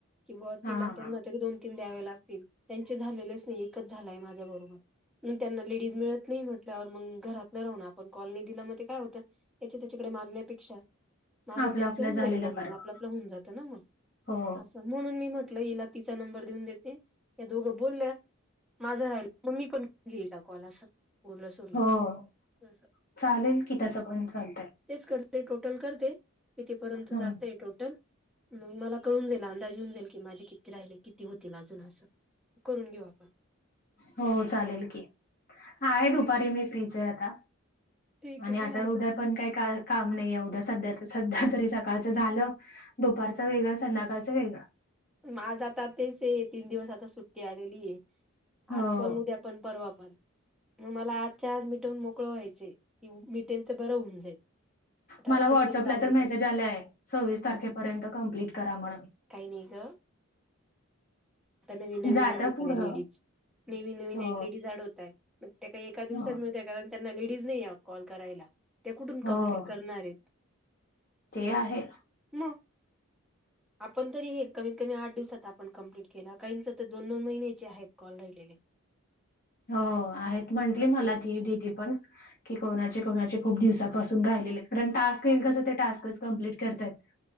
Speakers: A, in the centre; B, on the left.
A: कि बुआ
B: हा
A: तिला त्यांना तरी दोन द्यावे लागतील, त्यांचे झालेलेच नाहीये एकच झालाय माझ्या बरोबर. मग त्यांना लेडीज मिळत नाही म्हटल्यावर मग घरातलं राह ना आपण कॉल नाही दिला मग काय होत याच्या त्याच्याकडे मागण्यापेक्षा माझ
B: आपलं
A: न त्यांच
B: आपलं
A: होऊन
B: झालेलं
A: जाईल बघून
B: बरं
A: आपलंपलं होऊन जातं ना मग
B: हो
A: असं म्हणून मी म्हट ल हिला तिचा नंबर देऊन देते या दोघं बोलल्या माझं राहिल मग मी पण घेईल हा कॉल असं उरलं सुउरलं
B: हो
A: तर अस.
B: चालेल की तसं पण चालतंय.
A: तेच करते टोटल करते कितीपर्यंत
B: हं.
A: जातय टोटल मग मला कळून जाईल अंदाज येऊन जाईल की माझे किती राहिले किती होतील अजून असं करून घेऊ आपण.
B: हो चालेल की, आहे दुपारी मी फ्रीच आहे आता,
A: ठीक
B: आणि
A: आहे
B: आता
A: काय हरकत
B: उद्या पण काही का काम नाहीय उद्या सध्या सध्या तरी सकाळच झालं. दुपारचं वेगळ संध्याकाळचं वेगळा.
A: मग आज आता तेच आहे तीन दिवस आता सुट्टी आलेली
B: हो.
A: आज पण उद्यापण पण परवा पण. मग मला आजच्या आज मिटवून मोकळं व्हायचे की, मिटेल तर बरं होऊन जाईल. ट्रान्स्क्रिप्शन
B: मला व्हॉट्सअपला
A: चालेल
B: तर मेसेज आलाय सव्वीस तारखेपर्यंत कंप्लीट करा म्हणून.
A: काही नाही ग आता नवीन नवीन
B: जातं
A: ऍड होत
B: पुढं.
A: आहे लेडीज. नवीन नवीन
B: हो.
A: एक लेडीज अँड होताय मग त्या एका
B: हो.
A: दिवसात म्हनजे एक त्यांना लेडीज नाही या कॉल करायला ते कुठून
B: हो.
A: कंप्लीट करणार आहेत.
B: ते आहे.
A: म <unintelligible>
B: <inaudible>
A: आपण तरी हे कमीत - कमी, आठ दिवसात आपण कंप्लीट केला. काहींच तर दोन - दोन महिन्याचे हाईत कॉल राहिलेले.
B: हो, आहेत. म्हंटली
A: असे
B: मला ती दिदी पण. की, कोणाचे- कोणाचे खूप दिवसापासून राहिलेलेयत. कारण, टास्क येईल तसं ते, टास्कच कम्प्लीट करतयात. <unintelligible>